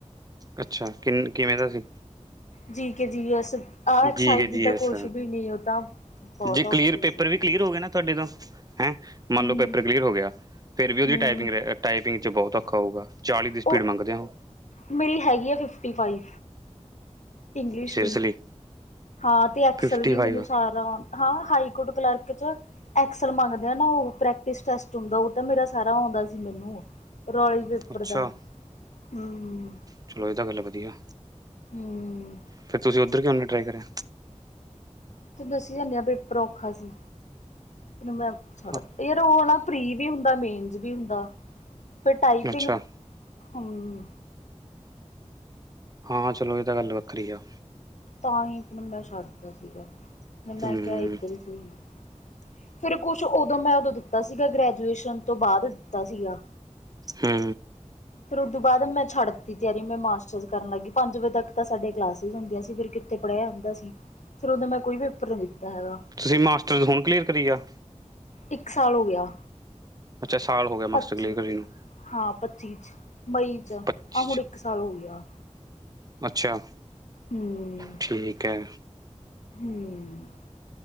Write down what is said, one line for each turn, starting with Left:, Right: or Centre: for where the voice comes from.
Right: ਅੱਛਾ ਕਿੰਨ ਕਿਵੇਂ ਦਾ ਸੀ।
Left: ਜੀਕ ਜੀ ਆਹ ਐਕਸਾਈਜ਼
Right: ਜੀ ਕੇ ਜੀ
Left: ਦੀ ਤਾਂ
Right: ਐਸ
Left: ਕੁਛ ਵੀ ਨਹੀਂ ਉਹ ਤਾਂ, ਬਹੁਤ
Right: ਜੇ ਕਲੀਅਰ
Left: ਔਖੀ
Right: ਪੇਪਰ
Left: ਸੀ।
Right: ਵੀ ਕਲੀਅਰ ਹੋ ਗਏ ਨਾ ਤੁਹਾਡੇ ਤਾਂ, ਹੈਂ ਮੰਨ
Left: ਹੂੰ
Right: ਲਓ ਪੇਪਰ ਕਲੀਅਰ ਹੋ ਗਿਆ ਫਿਰ ਵੀ ਉਹਦੀ
Left: ਹੂੰ
Right: ਟਾਈਪਿੰਗ ਰ ਟਾਈਪਿੰਗ 'ਚ ਬਹੁਤ ਔਖਾ ਹੋਊਗਾ। ਚਾਲੀ ਦੀ ਸਪੀਡ
Left: ਉਹ
Right: ਮੰਗਦੇ ਹੋ।
Left: ਮੇਰੀ ਹੈਗੀ ਹੈ ਫਿਫਟੀ ਫਾਈਵ, ਇੰਗਲਿਸ਼
Right: ਸੀਰੀਅਸਲੀ
Left: ਦੀ। ਹਾਂ ਤੇ ਅਕਸਲ
Right: ਫਿਫਟੀ
Left: ਵੀ
Right: ਫਾਈਵ
Left: ਮੈਨੂੰ ਸਾਰਾ? ਹਾਂ ਹਾਈ ਕੋਰਟ ਕਲਰਕ ਚ, ਐਕਸਲ ਮੰਗਦੇ ਆ ਨਾ ਉਹ ਪ੍ਰੈਕਟਿਸ ਟੈਸਟ ਹੁੰਦਾ ਉਹ ਮੇਰਾ ਸਾਰਾ ਆਉਂਦਾ ਸੀ ਮੈਨੂੰ ਰੌਲੀ ਪੇਪਰ
Right: ਅੱਛਾ
Left: ਦਾ ਹੂੰ,
Right: ਚਲੋ ਇਹ ਤਾਂ ਗੱਲ ਵਧੀਆ,
Left: ਹੂੰ
Right: ਫੇਰ ਤੁਸੀਂ ਉੱਧਰ ਕਿਉਂ ਨੀ ਟਰਾਈ ਕਰਿਆ।
Left: ਤੂੰ ਦੱਸਿਆ ਤੇ ਹੈ ਪੇਪਰ ਔਖਾ ਸੀ। ਤੈ ਮੈਂ ਛੱਡ
Right: ਹਾਂ
Left: ਫੇਰ ਉਹ ਆ ਨਾ। ਪਰੀ ਵੀ ਹੁੰਦਾ, ਮੇਨਜ ਚ ਵੀ ਹੁੰਦਾ ਫੇਰ ਟਾਈਪਿੰਗ,
Right: ਅੱਛਾ
Left: ਹੂੰ।
Right: ਹਾਂ ਚਲੋ, ਇਹ ਤਾਂ ਗੱਲ ਵੱਖਰੀ ਆ।
Left: ਤਾਂ ਹੀ ਫੇਰ ਮੈਂ ਛੱਡਦਾ ਸੀਗਾ। ਫੇਰ ਮੈਂ
Right: ਹੂੰ
Left: ਕਿਹਾ ਇੱਧਰ ਸਹੀ। ਫੇਰ ਕੁਛ ਉਦੋਂ ਮੈਂ, ਉਦੋਂ ਦਿੱਤਾ ਸੀਗਾ। ਗ੍ਰੈਜੂਏਸ਼ਨ ਤੋਂ ਬਾਅਦ ਦਿੱਤਾ ਸੀਗਾ।
Right: ਹੂੰ।
Left: ਫੇਰ ਉਹਦੋਂ ਬਾਅਦ ਮੈਂ ਛੱਡ ਦਿੱਤੀ ਤਿਆਰੀ, ਮੈਂ ਮਾਸਟਰਸ ਕਰਨ ਲੱਗ ਗਣੀ। ਪੰਜ ਵਜੇ ਤੱਕ ਤਾਂ ਸਾਡੇ ਕਲਾਸਿਸ ਹੁੰਦੀਆਂ ਸੀ। ਫੇਰ- ਤੇ ਪੜਿਆ ਹੋਂਦਾ ਸੀ, ਫੇਰ ਉਹਦਾ ਮੈਂ ਕੋਈ ਪੇਪਰ ਨਹੀਂ ਦਿੱਤਾ ਹੈਗਾ।
Right: ਤੁਸੀਂ ਮਾਸਟਰ ਹੁਣ ਕਲੀਅਰ ਕਰੀ ਆ,
Left: ਇੱਕ ਸਾਲ ਹੋ ਗਿਆ।
Right: ਅੱਛਾ ਸਾਲ ਹੋ ਗਿਆ, ਮਾਸਟਰ
Left: ਪੱਚੀ
Right: ਕਲੀਅਰ ਕਰੇ ਨੂੰ।
Left: ਹਾਂ ਪੱਚੀ ਚ, ਮਈ ਚ
Right: ਪੱਚੀ
Left: ਆਹ ਹੁਣ
Right: 'ਚ
Left: ਇੱਕ ਸਾਲ ਹੋ ਗਿਆ।
Right: ਅੱਛਾ,
Left: ਹੂੰ
Right: ਠੀਕ ਹੈ।
Left: ਹੂੰ